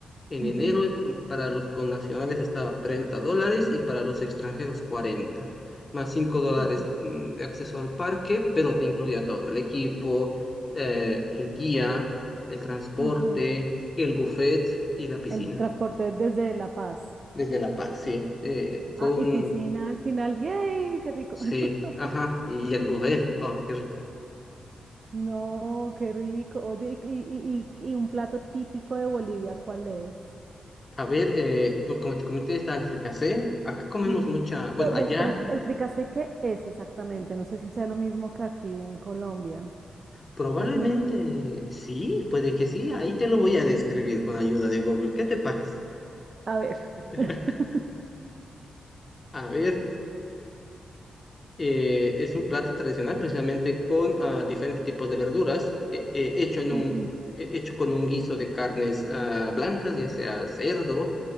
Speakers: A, on the left (about 35°); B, on the right (about 45°).
A: en
B: ujú,
A: enero, para los connacionales estaba 30 dólares y para los extranjeros 40 más cinco dólares
B: ok,
A: mm, de acceso al parque, pero te incluía todo, el equipo, eh, el guía, el transporte,
B: ok.
A: el buffet y la piscina.
B: El transporte desde La Paz.
A: Desde La Paz, sí. Eh, fue
B: Ah,
A: un...
B: y piscina al final. ¡Yay! ¡Qué rico!
A: Sí,
B: <laughs>
A: ajá, y el buffet. Oh, qué
B: No, qué rico. Oye, y, y, y, y y un plato típico de Bolivia, ¿cuál es?
A: A ver, eh, pues como te comenté, está África C. Acá comemos
B: Ujú.
A: mucha, bueno,
B: Pero,
A: allá
B: ven, pero el, fri- el fricasé, ¿qué es exactamente? No sé si sea lo mismo que aquí en Colombia.
A: probablemente
B: Aquí, en-
A: sí, puede que sí. Ahí te lo voy a describir con ayuda de Google. ¿Qué te parece?
B: a ver.
A: <laughs>
B: <laughs>
A: A ver, eh, es un plato tradicional precisamente con ah, diferentes tipos de verduras, eh, eh, hecho en
B: Ok.
A: un, eh, hecho con un guiso de carnes ah, blancas, ya sea cerdo,